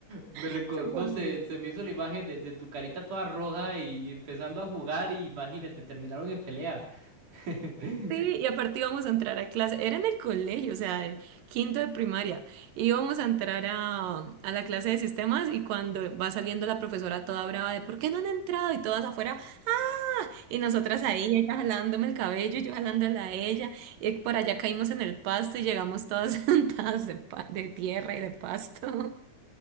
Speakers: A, on the right; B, on the right.
A: Me recor-
B: Eso
A: no
B: fue horrible.
A: sé, se me hizo la imagen de, de tu carita toda roja y empezando a jugar y imagínate, terminaron en pelea. <laughs>
B: Sí, y aparte íbamos a entrar a clase, era en el colegio, o sea, en quinto de primaria, íbamos a entrar a, a la clase de sistemas y cuando va saliendo la profesora toda brava de ¿por qué no han entrado? Y todas afuera, ¡ah! Y nosotras ahí, ella jalándome el cabello y yo jalándola a ella, y por allá caímos en el pasto y llegamos todas <laughs> sentadas de, pa- de tierra y de pasto.